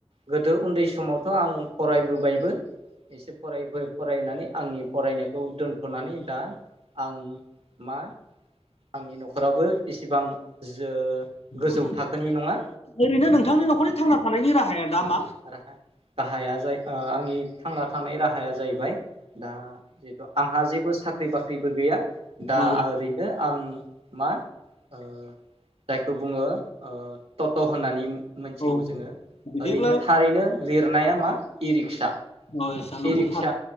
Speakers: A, on the right; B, on the left.
A: गोदो उन्दै समावथ' आं फरायबोबायबो। एसे फरायै फरायनानै आंनि फरायनायखौ दोनथ'नानै दा आं मा आंनि न'खराबो इसिबां जो गोजौ
B: ओै
A: थाखोनि नङा
B: ओरैनो नोंथांनि न'खरनि
A: औ
B: थांना थानायनि
A: दा
B: राहाया दा मा?
A: राहा राहाया जाय ओ आंनि थांना थानाय राहाया जाहैबाय दा जेहेथु आंहा जेबो सा ख्रि बाख्रिबो गैया दा
B: औ
A: ओरैनो आं मा ओ जायखौ बुङो ओ ट'ट' होननानै मोनथिगौ
B: औ
A: जोङो
B: बिदिब्ला
A: ओरैनो थारैनो लिरनाया मा इ रिक्सा इ
B: अ नंगौ
A: रिक्सा
B: थार